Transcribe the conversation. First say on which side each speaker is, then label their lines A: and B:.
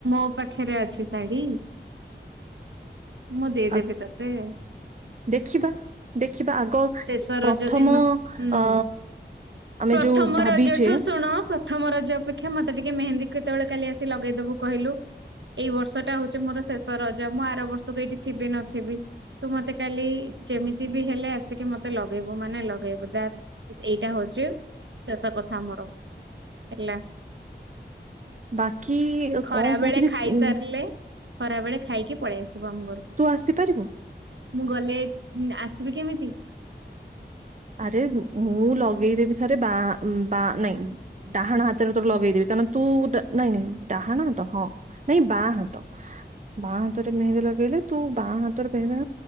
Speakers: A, on the right; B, on the right.
A: ତୋ ପାଖରେ ଅଛି ଶାଢୀ। <inaudible> ମୁଁ ଦେଇଦେବି
B: ଆଉ
A: ତତେ <inaudible>
B: ଦେଖିବା ଦେଖିବା ଆଗ
A: ଶେଷ
B: ପ୍ରଥମ
A: ରଜ ଦିନ ହୁଁ
B: ଅ ଆମେ
A: ପ୍ରଥମ
B: ଯୋଉ ଭାବିଛେ
A: ରଜ ଠୁ ଶୁଣ ପ୍ରଥମ ରଜ ଅପେକ୍ଷା ମତେ ଟିକେ ମେନ୍ଦୀ କେତେବେଳୋଲି ଆସି ଲଗେଇଦବୁ। କହିଲୁ ଏଇ ବର୍ଷ ଟା ହଉଛି ମୋର ଶେଷ ରଜ ମୁଁ ଆର ବର୍ଷକୁ ଏଇଠି ଥିବି ନଥିବି ତୁ ମତେ କାଲି ଯେମିତି ବି ହେଲେ ଆସିକି ମତେ ଲଗେଇବୁ ମାନେ ଲଗେଇବୁ ଏଇଟା ହଉଛି ଶେଷ କଥା ମୋର <inaudible> ହେଲା।
B: ବାକି
A: ଖରା
B: କଣ କହୁଥିଲି
A: ବେଳେ ଖାଇ
B: ଉଁ,
A: ସାରିଲେ। ଖରାବେେଳେ ଖାଇକି ପଳେଇ ଆସିବ। ଆମ ଘରକୁ
B: ତୁ ଆସିପାରିବୁ?
A: ମୁଁ ଗଲେ ଆସିବି କେମିତି? <inaudible>
B: ଆରେ ମୁଁ ଲଗେଇଦେବି ଥରେ ବା ନାଇଁ ଡାହାଣ ହାତରେ ତୋର ଲଗେଇଦେବି କାରଣ ତୁ ନାଇଁ ନାଇଁ ଡାହାଣ ହାତ ହଁ ନାଇଁ ବାଁ ହାତ ବାଁ ହାତରେ ମେହେନ୍ଦୀ ଲଗେଇଲେ ତୁ ବାଁ ହାତରେ ମେହେନ୍ଦା